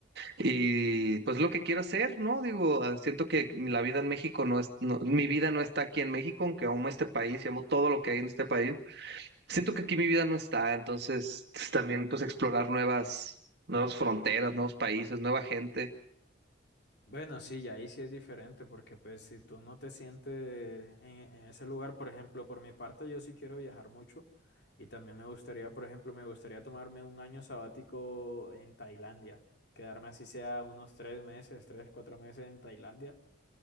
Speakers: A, on the right; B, on the left.
A: y pues lo que quiero hacer, ¿no? Digo, ah, siento que la vida en México no es, no- mi vida no está aquí en México, aunque amo este país y amo todo lo que hay en este país, siento que aquí mi vida no está, entonces pues, también pues explorar nuevas, nuevas fronteras, nuevos países, nueva gente.
B: Bueno, sí, y ahí sí es diferente porque pues si tú no te sientes en, en ese lugar, por ejemplo, por mi parte yo sí quiero viajar mucho y también me gustaría, por ejemplo, me gustaría tomarme un año sabático en Tailandia, quedarme así sea unos tres meses, tres, cuatro meses en Tailandia